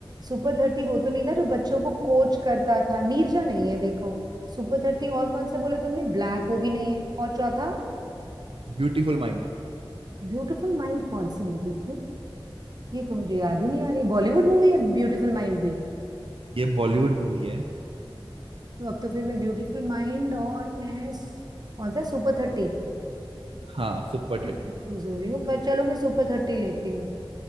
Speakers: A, on the right; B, on the right.
A: सुपर थर्टी वो तो नहीं था जो बच्चों को कोच करता था नीरजा नहीं है देखो सुपर थर्टी और कौन सा बोले तुमने ब्लैक वो भी नहीं है और चौथा
B: ब्यूटीफुल माइंड
A: ब्यूटीफुल माइंड कौन सी मूवी थी ये तो मुझे याद ही नहीं आ रही बॉलीवुड मूवी है ब्यूटीफुल माइंड भी
B: ये बॉलीवुड मूवी है
A: तो अब तो फिर मैं ब्यूटीफुल माइंड और मैं स- कौन सा सुपर थर्टी
B: हाँ सुपर
A: इससे
B: थर्टी
A: कंफ्यूज हो रही हूँ पर चलो मैं सुपर थर्टी लेती हूँ